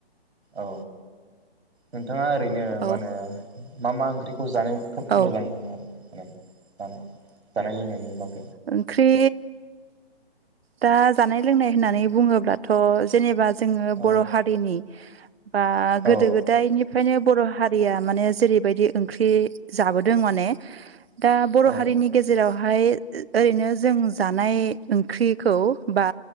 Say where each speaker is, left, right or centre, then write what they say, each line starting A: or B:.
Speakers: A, on the right; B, on the right.
A: औ नोंथाङा ओरैनो
B: औ
A: माहोनो मा मा ओंख्रि। खौ जानायाव खोब
B: औ
A: मोजां मोनो आरो मे जानाय जानाय लोंनायनि ब।
B: ओंख्रि। दा जानाय लोंनाय होननानै बुङोब्लाथ' जेनेबा। जोङो
A: औ
B: बर' हारिनि बा गोदो
A: औ
B: गोदायनिफ्राय। फ्रायनो बर' हारिया माने जेरैबायदि ओंख्रि जाबोदों माने। दा बर'
A: औ
B: हारिनि गेजेरावहाय। ओरैनो जों जानाय ओंख्रिखौ बा